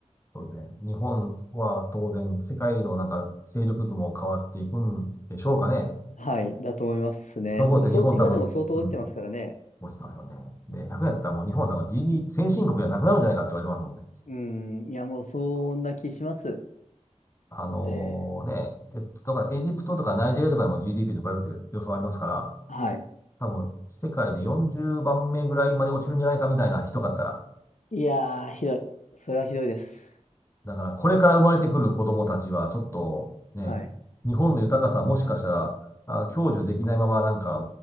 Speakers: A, on the left; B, on the left.
A: そうですね、日本は当然、世界のなんか勢力図も変わっていくんでしょうかね。
B: はい。だと思いますね。
A: その頃って日本多分、
B: もうそう、今でも相当落ちてますからね。
A: うん、落ちてますよね。で、100年だったらもう日本はなんか GD、先進国じゃなくなるんじゃないかって言われてますもんね。
B: うん。いや、もうそんな気します。
A: あのね、
B: で、
A: えっと、だからエジプトとかナイジェリアとかでも GDP とかいるって予想ありますから、
B: はい。
A: 多分世界で40番目ぐらいまで落ちるんじゃないかみたいな人だったら、
B: いやー、ひどい。それはひどいです。
A: だからこれから生まれてくる子供たちはちょっとね、
B: はい。
A: 日本の豊かさもしかしたら、あ、享受できないままなんかあ